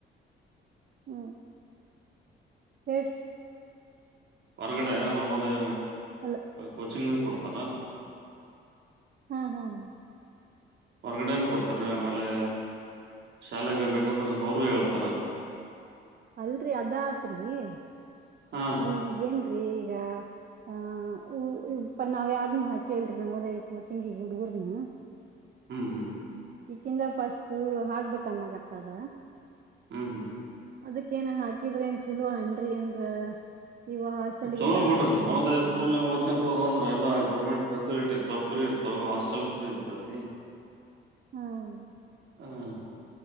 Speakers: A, on the right; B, on the right.
A: ಹ್ಮ ಹಟ್
B: ಹೊರಗಡೆ ನಾವು ಅದೇ
A: ಅಲ್
B: ಕೋಚಿಂಗನ ಕೊಡ್ತಾರಾ
A: ಹಾ ಹಾ ಹ
B: ಹೊರಗಡೆನು ಕೊಡ್ತರ ಆಮೇಲೆ ಶಾಲೆಗೆ ಬೇಕಂದ್ರೆ ಅವರುೂ ಹೇಳ್ತಾರ
A: ಅಲ್ರರಿ ಅದತ್ರಿ ನಮಗಗ
B: ಹಾ
A: ನಮಗೆ ಹೆನ್ ರಿ ಈಗ ಹ ಇಪ್ಪ ನಾವ್ ಯಾರ್ನುೂ ಹಾ ಕೇಳ್ರಿ ನದ ಕೋಚಿಂಗ ಈ ಹುಡುಗರ್ನ
B: ಹ್ಮ್ ಹ್ಮ್
A: ಈಕಿಂದ ಫಸ್ಟ್ ಹಾಕ್ಬೇಕನ್ನಾಗತ್ತಾರ
B: ಹ್ಮ್ ಹ್ಮ್
A: ಅದಕ್ಕ ಏನಂಗ ಹಾಕಿದ್ರ ಏನ್ ಚಲ ಅಏನ್ ಏನ್ರ ಇವ ಹಾಸ್ಟೆಲ್ಗೆಲ್ಲಾ
B: ಚಲೋ ಬಿಡ್ರಿ
A: ಹಾಕಿದ್ರ
B: ನವದಯ
A: ನಡಿತೇತನ
B: ಸ್ಕೂಲ್ ನ ದ್ಕಂತ ಹೋದ ಅಂದ್ರ ಎಲ್ಲ ಗರ್ಮೆಟ್ ಫೆಸಿಲಿಟಿ ಇರ್ ಫ್ರೀ ಇ ತ ಹಾಸ್ಟೆಲ್ ಫು್ರ ಇದು ಬತಿ
A: ಹ್ಮ್
B: ಹಾಂ